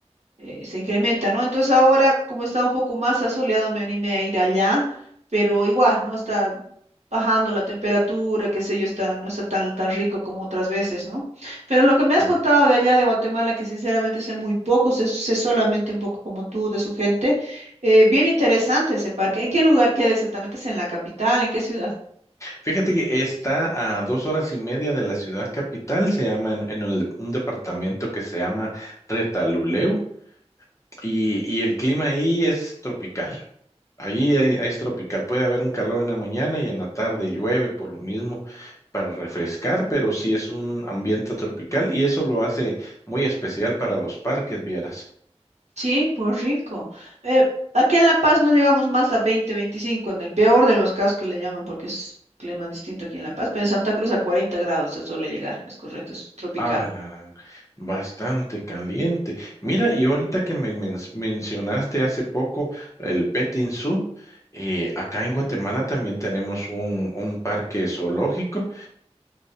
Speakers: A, on the right; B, on the left.
A: eh, se incrementa, ¿no? Entonces ahora, como está un poco más asoleado, me animé a ir allá, pero igual, ¿no? Está bajando la temperatura, qué sé yo, está, no está tan, tan rico como otras veces, ¿no? Pero lo que me has
B: Ah.
A: contado de allá de Guatemala, que sinceramente sé muy poco, sé, sé solamente un poco como tú de su gente, eh, bien interesante ese parque. ¿En qué lugar queda exactamente? ¿Es en la capital? ¿En qué ciudad?
B: Fíjate que está a dos horas y media de la ciudad capital, se llama en, en el- un departamento que se llama Retaluleu y, y el clima ahí es tropical. Allí hay- es tropical, puede haber un calor en la mañana y en la tarde llueve por lo mismo para refrescar, pero sí es un ambiente tropical y eso lo hace muy especial para los parques, vieras.
A: Sí, pues rico. Eh, aquí en La Paz no llegamos más a 20, 25 en el peor de los casos que le llaman, porque es un clima distinto aquí en La Paz, pero en Santa Cruz a 40 grados se suele llegar, es correcto, es tropical.
B: Ah, la gran, bastante caliente. Mira, y ahorita que me men- mencionaste hace poco el Petting Zoo, eh, acá en Guatemala también tenemos un, un parque zoológico